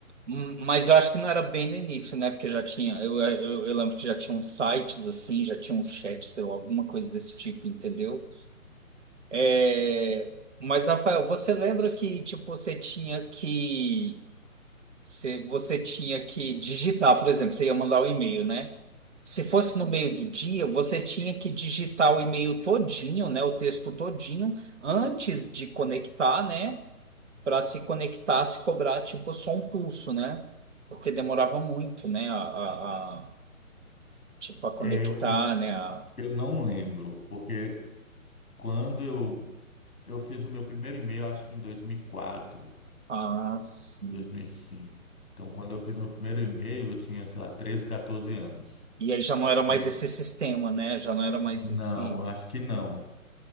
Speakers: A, on the right (about 55°); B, on the left (about 90°).
A: Hum, Mas eu acho que não era bem no início, né? Porque já tinha, eu, eu, eu lembro que já tinham sites assim, já tinha um chat, sei lá, alguma coisa desse tipo, entendeu? É, mas, Rafael, você lembra que, tipo, você tinha que... Você, você tinha que digitar, por exemplo, você ia mandar um e-mail, né? Se fosse no meio do dia, você tinha que digitar o e-mail todinho, né? O texto todinho, antes de conectar, né? Para se conectar, se cobrar, tipo, só um pulso, né? Porque demorava muito, né? A, a- a- tipo, a conectar,
B: É, eu, isso,
A: né? A,
B: eu não lembro, porque quando eu, eu fiz o meu primeiro e-mail, acho que em dois mil e quatro
A: as-
B: 2005. Então, quando eu fiz meu primeiro e-mail, eu tinha, sei lá, 13, 14 anos.
A: E aí já não era mais
B: N-
A: esse sistema, né? Já não era mais
B: Não,
A: esse.
B: eu acho que não.